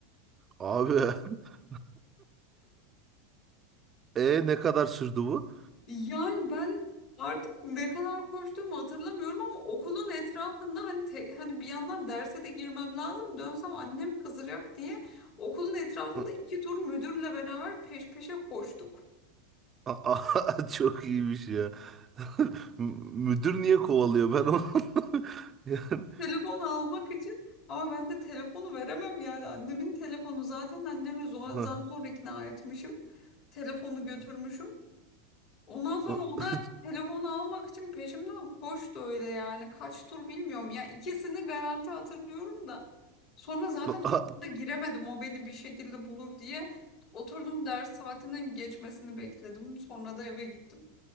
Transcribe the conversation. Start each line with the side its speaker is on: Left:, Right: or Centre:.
Right: Abi. <laughs> E ne kadar sürdü bu?
Left: Yani ben artık ne kadar koştuğumu hatırlamıyorum ama okulun etrafında hani te- hani bir yandan derse de girmem lazım dönsem annem kızacak diye okulun etrafında
Right: A-
Left: iki tur müdürle beraber peş peşe koştuk.
Right: a- <laughs> çok iyiymiş ya. <laughs> M- Müdür niye kovalıyor ben onu? <laughs> Yani,
Left: Telefon almak için ama ben de telefonu veremem yani annemin telefonu zaten annemi zor, zar
Right: ha,
Left: zor ikna etmişim. Telefonu götürmüşüm. Ondan sonra
Right: a-
Left: o da telefonu almak için peşimden koştu öyle yani. Kaç tur bilmiyorum ya. İkisini garanti hatırlıyorum da. Sonra zaten
Right: a-
Left: da giremedim o beni bir şekilde bulur diye. Oturdum ders saatinin geçmesini bekledim. Sonra da eve gittim.